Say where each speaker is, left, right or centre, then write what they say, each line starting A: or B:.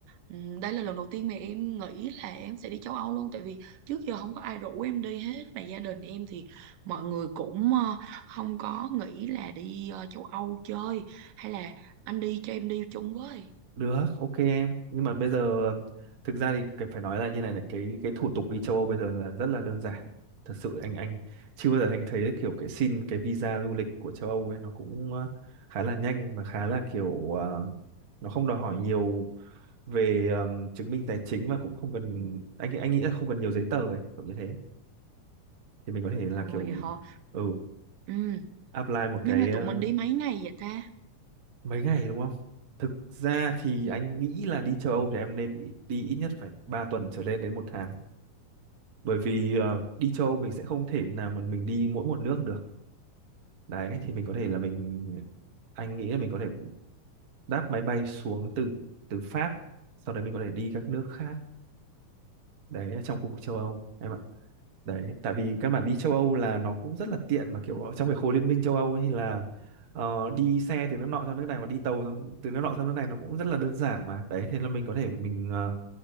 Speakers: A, on the right; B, on the right.
A: Ừm, Đây là lần đầu tiên mà em nghĩ là em sẽ đi châu Âu luôn Tại vì trước giờ không có ai rủ em đi hết Mà gia đình em thì mọi người cũng ờ, không có nghĩ là đi ờ, châu Âu chơi Hay là anh đi cho em đi chung với
B: Được, ok em. Nhưng mà bây giờ ừm, thực ra thì cái- phải nói là như này là cái cái thủ tục đi châu Âu bây giờ là rất là đơn giản. Thật sự anh anh chưa bao giờ anh thấy kiểu cái xin cái visa du lịch của châu Âu ấy nó cũng ờ, khá là nhanh mà khá là kiểu ờ, nó không đòi hỏi nhiều về ừm, chứng minh tài chính và cũng không cần anh anh nghĩ là không cần nhiều giấy tờ ấy, kiểu như thế. Thì mình có thể là
A: Ồ
B: kiểu
A: vậy hả?
B: ừ
A: Ừ.
B: apply một
A: Nhưng
B: cái
A: mà
B: ờ,
A: tụi mình đi mấy ngày vậy ta?
B: mấy ngày đúng không? Thực ra thì
A: Ừ.
B: anh nghĩ là đi châu Âu thì em nên đi đi ít nhất phải 3 tuần trở lên đến một tháng. Bởi vì ờ, đi châu Âu mình sẽ không thể nào mà mình đi mỗi một nước được. Đấy, thì mình có thể là mình anh nghĩ là mình có thể đáp máy bay xuống từ từ Pháp, sau đấy mình có thể đi các nước khác đấy ở trong khu vực châu Âu em ạ. Đấy, tại vì các bạn đi châu Âu là nó cũng rất là tiện mà kiểu ở trong cái khối liên minh châu Âu ấy thì là ờ, đi xe từ nước nọ sang nước này và đi tàu sang, từ nước nọ sang nước này nó cũng rất là đơn giản mà. Đấy, thế là mình có thể mình ờ,